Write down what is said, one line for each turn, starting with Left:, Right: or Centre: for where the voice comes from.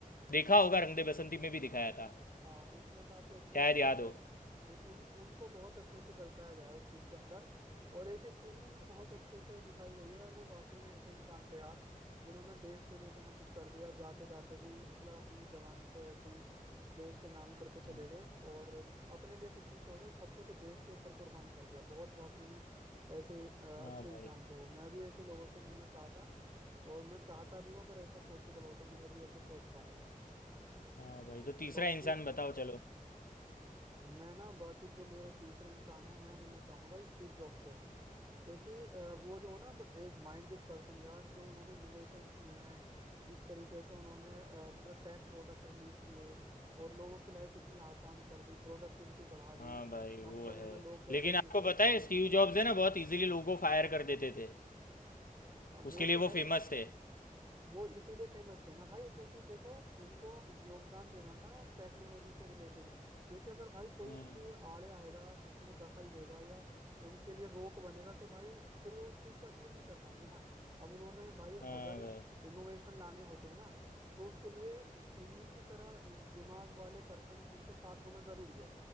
Left: देखा होगा रंग दे बसंती में भी दिखाया था
Right: हाँ उसमें काफी अच्छे
Left: शायद
Right: से मतलब
Left: याद हो
Right: उ, उन उनको बहुत अच्छे से दर्शाया गया है उस चीज के अंदर और एक एक चीज ना उनकी बहुत अच्छे से दिखाई गई है और वो वाकई में ऐसे इंसान थे यार जिन्होंने देश के लिए इतना कुछ कर दिया जाते जाते भी मतलब अपनी जवानी को ऐसे ही देश के नाम करके
Left: हाँ
Right: चले गए और अपने लिए कुछ नहीं छोड़ा सब कुछ देश के ऊपर कुर्बान कर दिया बहुत वाकई में ऐसे अ,
Left: हाँ
Right: अच्छे
Left: भाई
Right: इंसान थे वो मैं भी ऐसे लोगों से मिलना चाहता और मैं चाहता भी हूँ अगर ऐसा पॉसिबल होता मैं भी ऐसे सोचता हूँ
Left: हाँ भाई तो तीसरा
Right: बाकी
Left: इंसान बताओ चलो
Right: मैं ना बाकी जो मेरा तीसरा इंसान है मैं मिलना चाहूंगा भाई स्टीव जॉब से क्योंकि अ, वो जो है ना ब- एक माइंडेड पर्सन यार जो उन्होंने इनोवेशंस किए हैं जिस तरीके से उन्होंने अ, मतलब टेक प्रोडक्ट रिलीज किए और लोगों की लाइफ इतनी आसान कर दी प्रोडक्टिविटी बढ़ा
Left: हाँ
Right: दी
Left: भाई
Right: कम
Left: वो
Right: समय
Left: है
Right: में लोग क्या
Left: लेकिन
Right: क्या अचीव
Left: आपको
Right: कर सकते
Left: पता है
Right: हैं
Left: स्टीव जॉब्स है ना बहुत इजीली लोगों को फायर कर देते थे
Right: हाँ, वो
Left: उसके लिए
Right: तो है
Left: वो फेमस थे
Right: वो इसीलिए फेमस थे ना भाई क्योंकि देखो उनको योगदान देना था टेक्नोलॉजी से रिलेटेड क्योंकि अगर भाई कोई
Left: हम्म,
Right: उनकी आड़े आएगा उसमें दखल देगा या उनके लिए रोक बनेगा तो भाई फिर वो उस चीज को अचीव नहीं कर पाएंगे ना अब उन्होंने भाई
Left: हाँ
Right: अगर
Left: भाई
Right: इनोवेशन लाने होते हैं ना तो उसके लिए उन्हीं की तरह दिमाग वाले पर्सन उनके साथ होना जरूरी है